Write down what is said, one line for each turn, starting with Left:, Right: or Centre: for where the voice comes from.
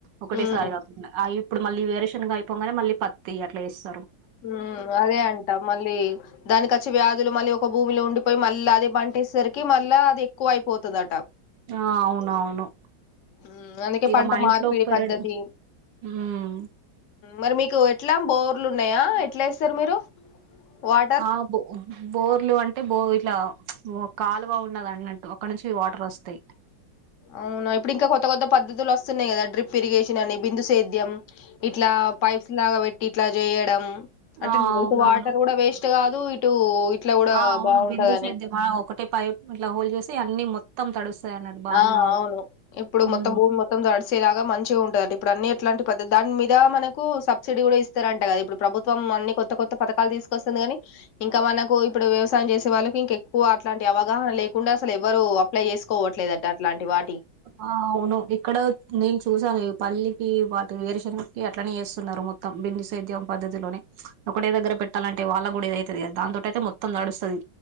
Right: ఒకటేసారి
Left: ఉమ్
Right: కాకుండా ఇప్పుడు మళ్ళీ వేరు శెనగా అయిపోగానే మళ్ళీ పత్తి అట్లా ఏస్తా
Left: మ్మ్ అదే అంట. మళ్ళీ దానికచ్చి వ్యాధులు మళ్ళీ ఒక భూమిలో ఉండిపోయి మళ్ళీ అదే పంటేసరికి మళ్ళ అది ఎక్కువ అయిపోతది అట
Right: ఆ అవునవును.
Left: మ్మ్ అందుకే
Right: ఇగ
Left: పంట
Right: మా ఇంట్లో
Left: మార్పిడి
Right: పెరడు
Left: పద్ధతి
Right: ఉమ్
Left: మరి మీకు ఎట్లా బోర్లు ఉన్నాయా. ఎట్లా ఎస్తారు మీరు వాటర్
Right: ఆ బో బోర్లు అంటే బో ఇట్లా కాలువ ఉన్నది అని అక్కడ నుంచి వాటర్ వస్తాయి.
Left: అవునా. ఇప్పుడు ఇంకా కొత్త కొత్త పద్దతులు వస్తున్నాయి కదా. డ్రిప్ ఇరిగేషన్ అని బిందుసేద్యం. ఇట్లా పైప్స్ లాగా పెట్టి ఇట్లా చేయడం. అంటే
Right: ఆ అవునవును
Left: ఇటు వాటర్ కూడా వేస్ట్ కాదు ఇటు ఇట్లా కూడా
Right: ఆ అవును
Left: బాగుంటదని
Right: బిందు సేద్యం ఒకటే పై ఇట్లా హోల్ చేసి అన్ని మొత్తం తడుస్తాయి అన్నట్టు బానే
Left: ఆ అవును ఇప్పుడు మొత్తం
Right: ఉమ్
Left: భూమి మొత్తం దడిసేలాగా మంచిగా ఉంటదంట ఇప్పుడు అన్ని ఎట్లాంటి పద్ధతి దాని మీద మనకు సబ్సిడీ కూడా ఇస్తారు అంటే కదా ఇప్పుడు ప్రభుత్వం అన్ని కొత్త కొత్త పథకాలు తీ తీసుకొస్తుంది కాని, ఇంకా మనకు ఇప్పుడు వ్యవసాయం చేసే వాళ్ళకి ఇంక ఎక్కువ అట్లాంటి అవగాహన లేకుండా అసలు ఎవరు అప్లై చేసుకోవట్లేదట అలాంటి వా
Right: ఆ అవును ఇక్కడ నేను చూసాను. పల్లికి వాటి వేరు శనకి అట్లనే చేస్తున్నారు మొత్తం బిందు సెద్యం పద్ధతిలోనే ఒకటే దగ్గర పెట్టాలంటే వాళ్ళకి కూడా ఇది అయితది కదా దాంతో అయితే మొత్తం తడుస్తది